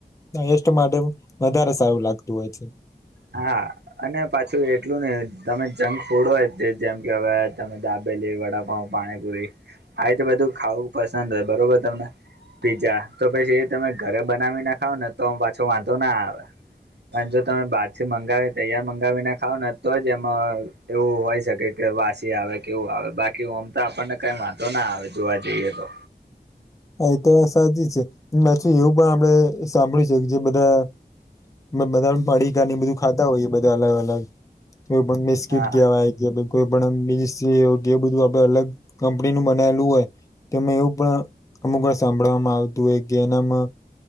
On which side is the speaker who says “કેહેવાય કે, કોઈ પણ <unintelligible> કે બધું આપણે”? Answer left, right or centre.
Left